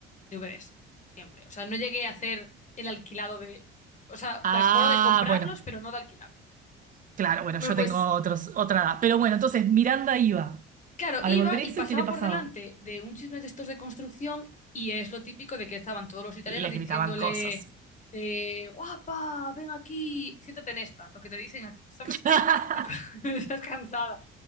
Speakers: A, on the left (about 35°); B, on the right (about 40°).
A: DVDs, siempre. O sea, no llegué a hacer el alquilado de... O sea,
B: Ah,
A: me acuerdo de comprarlos,
B: bueno,
A: pero no de alquilarlos.
B: claro, bueno,
A: Bueno,
B: yo
A: pues
B: tengo otros, otra edad. Pero bueno, entonces Miranda iba
A: Claro,
B: a
A: iba
B: devolver eso
A: y pasaba
B: y ¿qué le pasaba?
A: por delante de un chisme de estos de construcción y es lo típico de que estaban todos los italianos
B: Le
A: diciéndole
B: gritaban cosas.
A: de guapa, ven aquí, siéntate en esta, lo que te dicen a ti, ¿sabes?
B: <laughs>
A: <laughs> Digo, Estás cansada.